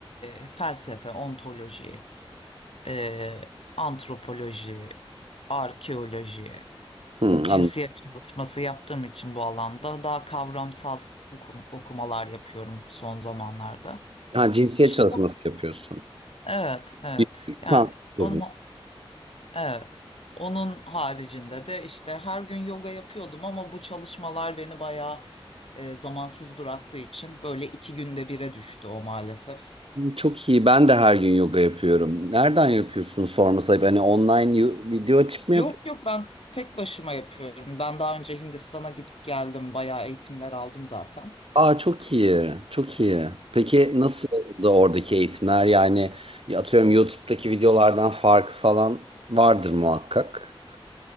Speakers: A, on the left (about 80°); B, on the right (about 70°).
A: e, felsefe, ontoloji, e, antropoloji, arkeoloji.
B: Hı,
A: cinsiyet
B: anladım.
A: çalışması yaptığım için bu alanda daha kavramsal okum- okumalar yapıyorum son zamanlarda.
B: Ha, cinsiyet
A: İşte
B: çalışması
A: o-
B: yapıyorsun.
A: evet, evet.
B: Yüksek lisans
A: Yani
B: tezin.
A: onu evet. Onun haricinde de işte her gün yoga yapıyordum ama bu çalışmalar beni bayağı e, zamansız bıraktığı için böyle iki günde bire düştü o maalesef.
B: Çok iyi. Ben de her gün yoga yapıyorum. Nereden yapıyorsun sorması ayıp. Hani online yo- video açıp mı
A: Yok
B: yapıyorsun?
A: yok ben tek başıma yapıyorum. Ben daha önce Hindistan'a gidip geldim. Bayağı eğitimler aldım zaten.
B: Aa çok iyi. Çok iyi. Peki nasıl da oradaki eğitimler? Yani ya atıyorum YouTube'daki videolardan farkı falan vardır muhakkak.